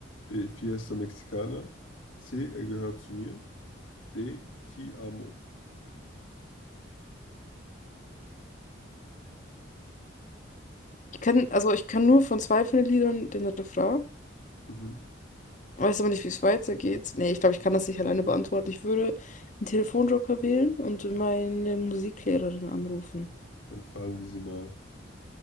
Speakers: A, on the left; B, on the left.
A: B, Fiesta Mexicana. C, er gehört zu mir. D, Ti amo.
B: Ich kann, also ich kann nur von zwei von den Liedern den Refrain.
A: Mhm.
B: Weiß aber nicht, wie es weitergeht. Nee, ich glaube, ich kann das nicht alleine beantworten. Ich würde einen Telefonjoker wählen und meine Musiklehrerin anrufen.
A: Dann fragen wir sie mal.